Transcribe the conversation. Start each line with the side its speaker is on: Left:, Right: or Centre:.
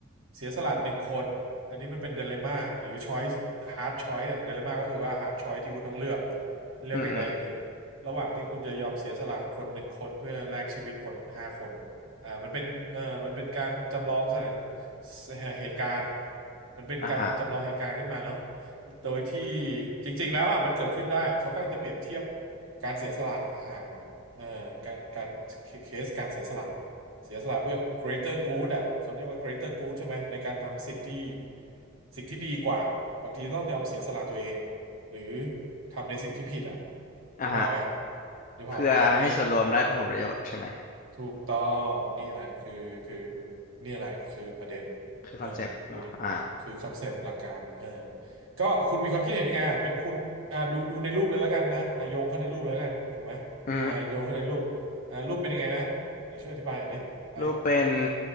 Right: เสียสละหนึ่งคนอันนี้มันเป็นเดเลม่าหรือช้อย c e ฮาร์ดช้อยสอะเดเลม่าก็คือว่าฮาร์ดช้อยที่คุณต้องเลือกเลือกอย่างใดอย่างหนึ่ง
Left: อืออือ
Right: ระหว่างที่คุณจะยอมเสียสละคนหนึ่งคนเพื่อแลกชีวิตคนห้าคนอ่ามันเป็นเอ่อมันเป็นการจำลองสถาน เหตุการณ์มันเป็นการจำลองเหตุการณ์ขึ้นมาเนาะ
Left: อ่ะฮะ
Right: โดยที่จริงๆแล้วอ่ะมันเกิดขึ้นได้เขากำลังจะเปรียบเทียบการเสียสละต่างหากล่ะเออการการเคสการเสียสละเสียสละเพื่อ greater good อ่ะเขาเรียกว่า greater good ใช่ไหมในการทำสิ่งที่สิ่งที่ดีกว่าบางทีต้องยอมเสียสละตัวเองหรือทำในสิ่งที่ผิดอ่ะ
Left: อ่ะฮะ
Right: นึกภาพออกไหมนึกภาพออกไหมเออ
Left: เพื่อให้ส่วนรวมได้ผลประโยชน์ใช่ไหม
Right: ถูกต้องนี่แหละคือคือนี่แหละคือประเด็น
Left: คือคอนเซปต์เนาะอ่า
Right: เออคือคือคอนเซปต์หลักการเออก็คุณมีความคิดเห็นยังไงอ่ะเป็นคุณอ่าดูดูในรูปเลยแล้วกันนะอ่าโยงเข้าในรูปเลยแล้วกันถูกไหมอ่าโยงเข้าในรูปอ่ารูปเป็นยังไงนะไหนช่วยอธิบายหน่อยดิไอ้
Left: อือฮึรูปเป็น